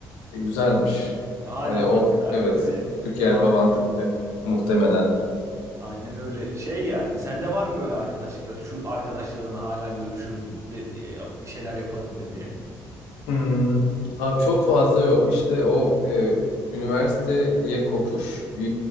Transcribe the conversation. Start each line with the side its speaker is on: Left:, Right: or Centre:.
Left: E, güzelmiş.
Right: E, Hala
Left: Hani o
Right: da mesela
Left: evet
Right: öyle
Left: küçük
Right: devam
Left: yer avantajı
Right: ediyor.
Left: muhtemelen.
Right: Aynen öyle. Şey yani sende var mı böyle arkadaşlıkların şu arkadaşlarınla hala görüşürüm de, e, yap- bir şeyler yaparım dediğin?
Left: Hmm, abi çok fazla yok. İşte o e, üniversiteye kopuş. e,